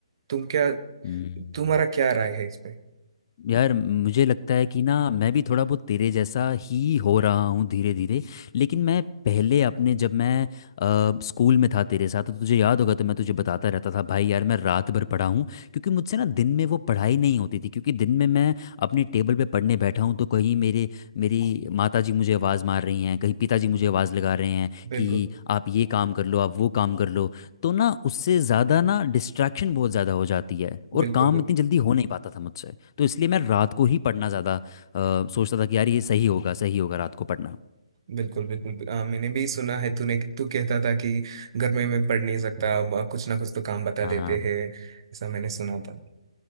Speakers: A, on the right; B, on the left.
A: तुम क्या
B: हम्म।
A: तुम्हारा क्या राय है इस पे
B: यार मुझे लगता है कि ना मैं भी थोड़ा बहुत तेरे जैसा ही हो रहा हूँ धीरे धीरे लेकिन मैं पहले अपने जब मैं अ, स्कूल में था तेरे साथ तो तुझे याद होगा तो मैं तुझे बताता रहता था भाई यार मैं रात भर पढ़ा हूँ क्योंकि मुझसे ना दिन में वो पढ़ाई नहीं होती थी क्योंकि दिन में मैं अपने टेबल पे पढ़ने बैठा हूँ तो कहीं मेरे मेरी माता जी मुझे आवाज़ मार रही हैं कहीं पिताजी मुझे आवाज़ लगा रहे हैं
A: बिल्कुल
B: कि आप ये काम कर लो आप वो काम कर लो तो ना उससे ज़्यादा ना डिस्ट्रैक्शन बहुत ज़्यादा हो जाती है और
A: बिल्कुल
B: काम
A: बिल्कुल
B: इतनी जल्दी हो नहीं पाता था मुझसे तो इसलिए मैं रात को ही पढ़ना ज़्यादा अ, सोचता था कि यार ये सही होगा सही होगा रात को पढ़ना
A: बिल्कुल बिल्कुल बिल्कुल आ, मैंने भी सुना है तूने तू कहता था कि घर में मैं पढ़ नहीं सकता अब कुछ ना कुछ तो काम बता
B: हाँ
A: देते हैं ऐसा मैंने सुना था